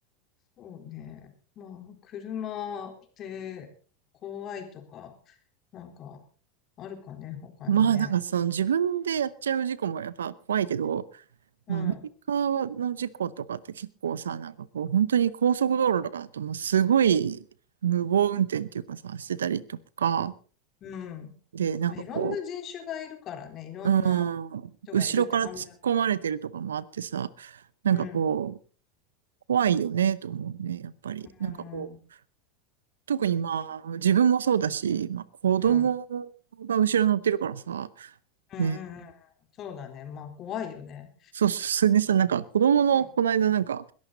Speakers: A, on the left; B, on the right.
A: そうね。まあ、車って怖いとか、なんか、あるかね、他にね。
B: まあなんかその自分でやっちゃう事故もやっぱ怖いけど、
A: うん、
B: まあアメリカの事故とかって結構さ、なんかこう本当に高速道路とかだともうすごい無謀運転っていうかさ、してたりとか、
A: うん。
B: でなんかこ
A: まあ、いろんな人種がいるからね、いろんな
B: う、うん、
A: 人がいるって感じだ。
B: 後ろから突っ込まれてるとかもあってさ、なんかこう、
A: うん、
B: 怖いよねと思うね、やっぱり。
A: うん、
B: なんかこう、
A: うん、
B: 特にまあ自分もそうだし、まあ子供
A: うん、
B: が後ろ乗ってるからさ、
A: うん、
B: ね、
A: うん。そうだね。まあ、怖いよね。
B: そう、それでさ、なんか子供のこの間なんか、
A: うん、